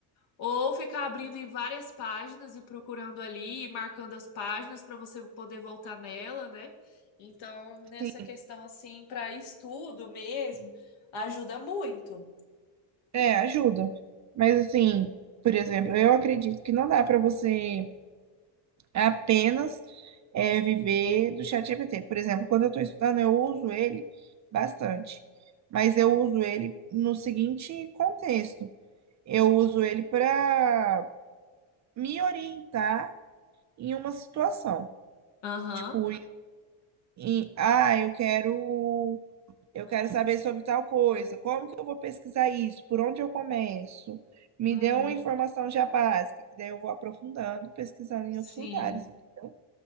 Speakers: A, on the left; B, on the right.
A: ou ficar abrindo em várias páginas e procurando ali e marcando as páginas para você poder voltar nela, né? Então, nessa
B: sim.
A: questão assim, para estudo mesmo, ajuda muito.
B: É, ajuda. Mas assim, por exemplo, eu acredito que não dá para você apenas é, viver do chat GPT. Por exemplo, quando eu estou estudando, eu uso ele bastante. Mas eu uso ele no seguinte contexto. Eu uso ele para me orientar em uma situação.
A: Aham.
B: Tipo, em, em, ah, eu quero Eu quero saber sobre tal coisa. Como que eu vou pesquisar isso? Por onde eu começo? Me
A: Uhum.
B: dê uma informação já básica, que daí eu vou aprofundando, pesquisando em
A: Sim.
B: outros lugares, entendeu?